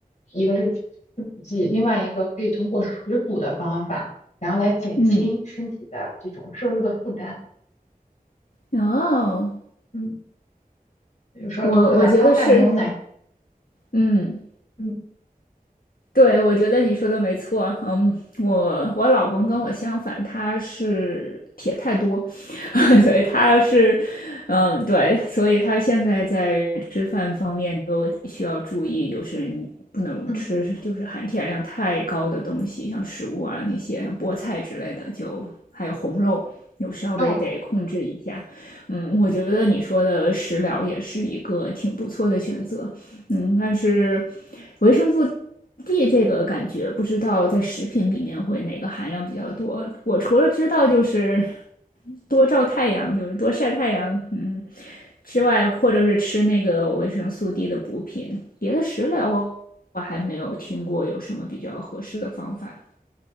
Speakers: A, on the left (about 50°); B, on the left (about 70°).
A: 一个是吃补剂，另外一个可以通过食补的方法，然后来减轻身体的这种摄入的负担。
B: 嗯，哦，
A: 嗯，比如说多喝点儿高钙牛奶。
B: 我我觉得是，嗯。
A: 嗯
B: 对，我觉得你说的没错。嗯，我我老公跟我相反，他是铁太多，<laughs>
A: 嗯
B: 所以他是，嗯，对，所以他现在在吃饭方面就需要注意，就是你不能吃就是含铁量太高的东西，
A: 嗯
B: 像食物啊那些，像菠菜之类的，就还有红肉，有稍微得控制一下。
A: 哦。
B: 嗯，我觉得你说的食疗也是一个挺不错的选择。嗯，但是维生素 D 这个感觉不知道在食品里面会哪个含量比较多。我除了知道就是多照太阳，就是多晒太阳，嗯，之外，或者是吃那个维生素 D 的补品，别的食疗我我还没有听过有什么比较合适的方法